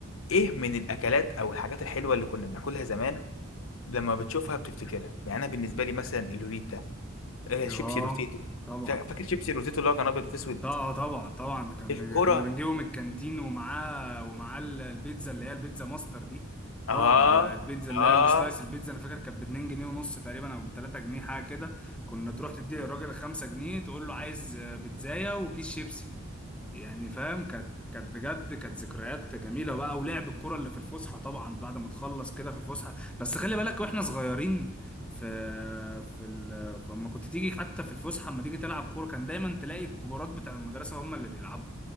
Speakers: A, on the left; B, in the centre.
A: ايه من الاكلات او الحاجات الحلوه اللي كنا بناكلها زمان لما بتشوفها بتفتكرها يعني انا بالنسبه لي مثلا اللوريتا آه شيبسي
B: اه
A: روتيتو
B: طبعا
A: فاكر شيبسي روتيتو اللي هو كان ابيض واسود
B: طبعا طبعا طبعا كان
A: الكرة
B: كنا بنجيبه من الكانتين ومعاه ومعاه ال- البيتزا اللي هي البيتزا ماستر دي طبعا
A: اه
B: ده البيتزا
A: اه
B: اللي هي السلايس البيتزا انا فاكر كانت ب 2 جنيه ونص تقريبا او ب 3 جنيه حاجه كده كنا تروح تدي للراجل 5 جنيه تقول له عايز بيتزايه وكيس شيبسي يعني فاهم كانت كانت بجد كانت ذكريات جميله بقى ولعب الكره اللي في الفسحه طبعا بعد ما نخلص كده في الفسحه بس خلي بالك واحنا صغيرين في في ال... لما كنت تيجي حتى في الفسحه لما تيجي تلعب كوره كان دايما تلاقي الكبارات بتاع المدرسه هم اللي بيلعبوا